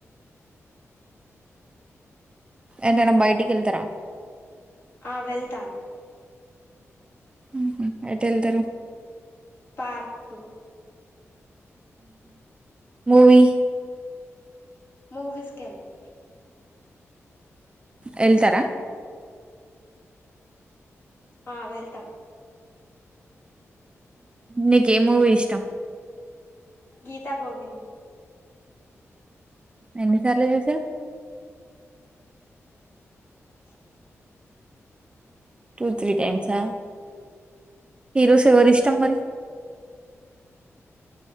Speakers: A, on the right; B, on the left.
A: ఏటన్న బయటికి ఏళ్తారా
B: ఆ వెళ్తాము
A: ఉహ ఎటెళ్తారు
B: పార్క్
A: మూవి
B: మూవీస్కెళ్లం
A: వెళ్తారా
B: ఆ వెళ్తాం
A: నీక ఏ మూవీ ఇష్టం
B: గీతా గోవిందం
A: ఎన్ని సార్లు చుసావ్
B: చే
A: టూ త్రీ టైమ్స్ ఆ హీరోస ఎవర్ ఇష్టటమ్ మరి